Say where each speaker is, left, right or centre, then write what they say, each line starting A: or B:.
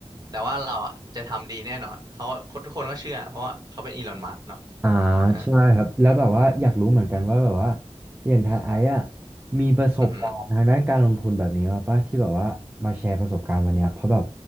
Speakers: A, on the right (about 35°); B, on the right (about 15°).
A: แต่ว่าเราอ่ะจะทำดีแน่นอนเขาทุกคนก็เชื่อเพราะว่าเขาเป็นอีลอนมัสเนาะ
B: อ่า
A: อ่า
B: ใช่ครับแล้วแบบว่าอยากรู้เหมือนกันว่าแบบว่าอย่างทายไอซ์อะมีประสบการณ์ทางด้านการลงทุนแบบนี้มาป่ะที่แบบว่ามาแชร์ประสบการณ์วันเนี้ยเพราะแบบ
A: อือหือ